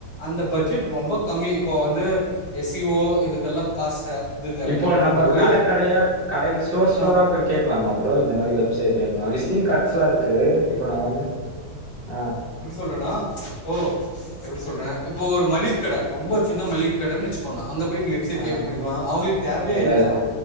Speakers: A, on the left; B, on the right.
A: அந்த பட்ஜெட் ரொம்ப கம்மி இப்போ வந்து எஸ் இ ஓ இதுக்கெல்லா காசு இது தேவல்ல.
B: இப்போ
A: நமக்கு
B: நம்ம
A: ஒரே
B: கட கடயா கடை ஸ்டோர் ஸ்டோரா
A: ஆ
B: போய் கேக்லாமா ப்ரோ இந்த மாரி வெப்சைட் வேணுமா டிங் காட்ஸ்லா இருக்கு இப்போ நா வந்து ஆ
A: எப்டி சொல்றனா ஓ எப்டி சொல்ற இப்போ ஒரு மள்ளிக்கட ரொம்ப சின்ன மள்ளிக்கடன்னு வச்சுக்கோங்க அங்க போய் நீங்க செ
B: ஆ
A: கேக்க முடியுமா அவுங்ளுக்கு தேவயே
B: எழலாம்
A: இல்ல